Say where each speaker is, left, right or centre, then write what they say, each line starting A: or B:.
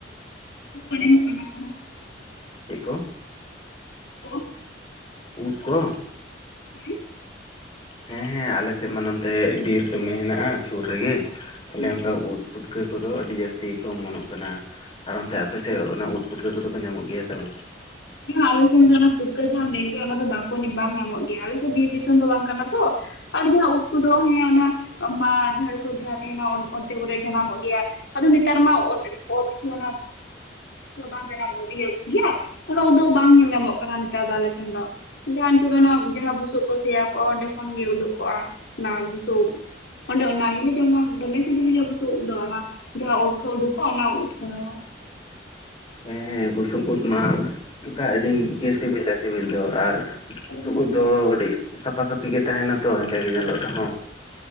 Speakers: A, on the left; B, on the left.
A: ᱩᱫ ᱠᱚ ᱧᱟᱢᱚᱜ ᱠᱟᱱᱟ ᱥᱮ ᱵᱟᱝ᱾
B: ᱪᱮᱫ ᱠᱚ?
A: ᱠᱚᱼᱼ
B: ᱩᱫ ᱠᱚᱼᱼ
A: ᱦᱩᱸ᱾
B: ᱦᱮᱸ ᱦᱮᱸ ᱟᱞᱮ ᱥᱮᱫ ᱢᱟ ᱱᱚᱛᱮ ᱵᱤᱨ ᱫᱚᱢᱮ ᱦᱮᱱᱟᱜᱼᱟ ᱥᱩᱨ ᱨᱮᱜᱮ
A: ᱦᱮᱸ
B: ᱛᱟᱦᱞᱮ ᱚᱱᱠᱟ ᱩᱫᱼᱼ ᱯᱩᱴᱠᱟᱹ ᱠᱚᱫᱚ ᱟᱹᱰᱤ ᱡᱟᱹᱥᱛᱤ ᱜᱮᱠᱚ ᱚᱢᱚᱱᱚᱜ ᱠᱟᱱᱟ ᱟᱨ ᱚᱱᱛᱮ ᱟᱯᱮ ᱥᱮᱫ ᱚᱱᱟ ᱩᱫ ᱯᱩᱴᱠᱟᱹ ᱠᱚᱫᱚ ᱠᱚ ᱧᱟᱢᱚᱜ ᱜᱮᱭᱟ ᱥᱮ ᱵᱟᱝ?
A: ᱟᱞᱮ ᱥᱮᱱ ᱫᱚ ᱚᱱᱟ ᱯᱩᱴᱠᱟᱹ ᱡᱟᱦᱟᱸᱢ ᱢᱮᱱᱠᱮᱜ ᱚᱱᱟ ᱫᱚ ᱵᱟᱠᱚ ᱵᱟᱝ ᱧᱟᱢᱚᱜ ᱜᱮᱭᱟ ᱟᱞᱮᱥᱮᱫ ᱵᱤᱨ ᱫᱤᱥᱚᱢ ᱫᱚ ᱵᱟᱝ ᱠᱟᱱᱟ ᱛᱚ ᱾ ᱟᱨ ᱡᱟᱦᱟᱸ ᱩᱫ ᱠᱚᱫᱚ ᱦᱮᱸ ᱚᱱᱟ ᱢᱟ ᱡᱷᱟᱲ ᱠᱚ ᱡᱟᱦᱟᱸ ᱛᱟᱦᱮᱱᱟ ᱚᱱᱛᱮ ᱠᱚᱨᱮ ᱡᱟᱱᱟᱢᱚᱜ ᱜᱮᱭᱟ ᱾ ᱟᱫᱚ ᱱᱤᱛᱟᱨ ᱢᱟ ᱚᱛ ᱨᱮ ᱚᱛ ᱠᱷᱚᱱᱟᱜ ᱵᱟᱝ ᱡᱟᱱᱟᱢᱚᱜ-ᱟ ᱤᱭᱟᱹᱜ-ᱟ ᱦᱮ ᱵᱟᱝ? ᱚᱱᱟ ᱩᱫ ᱫᱚ ᱵᱟᱝ ᱧᱮᱞ ᱧᱟᱢᱚᱜ ᱠᱟᱱᱟ ᱱᱮᱛᱟᱨ ᱫᱚ ᱟᱞᱮ ᱥᱮᱱ ᱫᱚ ᱾ ᱡᱟᱦᱟᱸ ᱱᱤᱛᱚᱜ ᱫᱚ ᱚᱱᱟ ᱡᱟᱦᱟᱸ ᱵᱩᱥᱩᱵ ᱠᱚ ᱥᱮᱭᱟ ᱠᱚᱜ-ᱟ ᱚᱸᱰᱮ ᱠᱷᱚᱱᱜᱮ ᱩᱰᱩᱠ ᱠᱚᱜ-ᱟ ᱚᱱᱟ ᱵᱩᱥᱩᱵ ᱩᱫ ᱾ ᱚᱸᱰᱮ ᱚᱱᱟ ᱜᱮᱞᱮ ᱡᱚᱢᱟ ᱫᱚᱢᱮ ᱥᱤᱵᱤᱞ ᱜᱮᱭᱟ ᱵᱩᱥᱩᱵ ᱩᱵ ᱫᱚ ᱚᱱᱟ ᱾ ᱡᱟᱦᱟᱸ ᱚᱛ ᱠᱷᱚᱱ ᱩᱰᱩᱠᱚᱜ-ᱟ ᱚᱱᱟ ᱩᱫ ᱜᱮᱠᱚ ᱡᱚᱢᱟ ᱾
B: ᱦᱮᱸ ᱦᱮᱸ ᱵᱩᱥᱩᱵ ᱩᱫ ᱢᱟ ᱚᱱᱠᱟ ᱟᱹᱰᱤ ᱜᱮ ᱥᱤᱵᱤᱞᱟ ᱥᱤᱵᱤᱞ ᱫᱚ ᱟᱨ
A: ᱫᱚᱢᱮ
B: ᱴᱭᱠᱩᱡ
A: ᱥᱤᱵᱤᱞᱟ
B: ᱫᱚ ᱠᱟᱹᱴᱤᱡ ᱥᱟᱯᱷᱟ ᱥᱟᱹᱯᱤ ᱜᱮ ᱛᱟᱦᱮᱱᱟ ᱛᱚ ᱦᱮᱫᱮᱸ ᱜᱮ ᱧᱮᱞᱚᱜ ᱨᱮᱦᱚᱸ ᱾